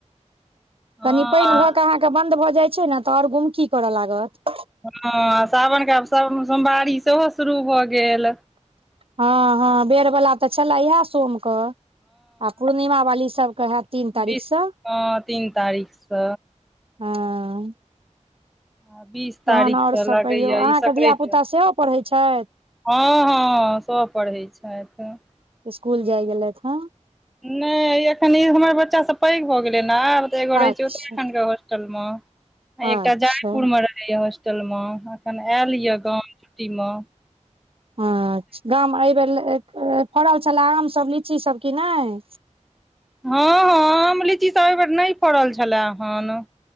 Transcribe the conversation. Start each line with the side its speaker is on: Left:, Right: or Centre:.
Centre: हँ
Right: कनि पानि भऽ कऽ अहाँके बंन्द भऽ जाइत छै ने तऽ ओर गुमकी करय लागत
Centre: हँ सावनके आब सोमवारी सेहो शुरू भऽ गेल
Right: हँ हँ बेर बला तऽ छलए इएह सोमके आ पूर्णिमा वाली सभके हएत तीन तारीखसँ
Centre: बीस हँ तीन तारीखसँ
Right: हँ
Centre: आ बीस तारीखसँ
Right: तखन आउर सब
Centre: लगैया
Right: कहियौ अहाँके
Centre: ई सकराइत
Right: धिया पुता सेहो पढ़ैत छथि
Centre: हँ हँ सभ पढ़ै छथि
Right: स्कुल
Centre: हूँ
Right: जाइ गेलथ हँ
Centre: नहि एखन ई हमर बच्चासभ पैघ भऽ गेलै ने आब तऽ एगो रहै
Right: अच्छा
Centre: छै उत्तराखण्डके होस्टल म
Right: अच्छा
Centre: एकटा जयपुर में रहे या हॉस्टल म अखन आयल य गाव कार्तिक म
Right: अ गाम एहि बेर फड़ल छले आम सभ लीची सभ कि नहि
Centre: हँ, हँ, आम लीचीसभ एहिबेर नहि फड़ल छले हन।